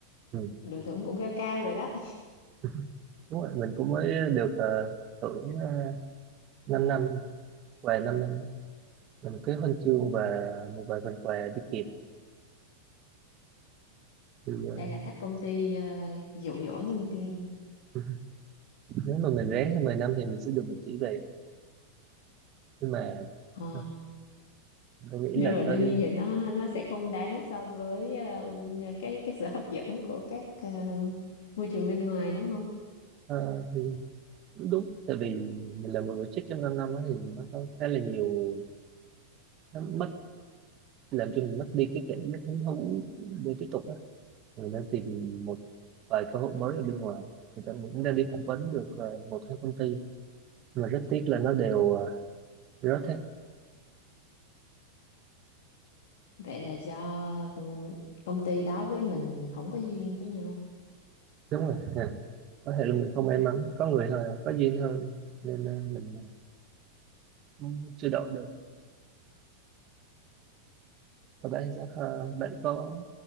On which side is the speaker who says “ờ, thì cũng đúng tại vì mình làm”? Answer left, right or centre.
Right